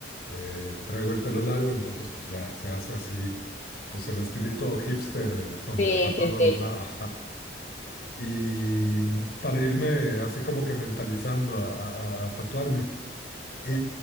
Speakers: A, on the left (about 55°); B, on the left (about 35°).
A: eh, traigo el pelo largo, entonces pues ya se hace así, pues el estilito hipster eh, con
B: Sí,
A: rapado
B: sí,
A: a
B: sí.
A: los lados, y para irme así como que mentalizando a, a- a tatuarme. Y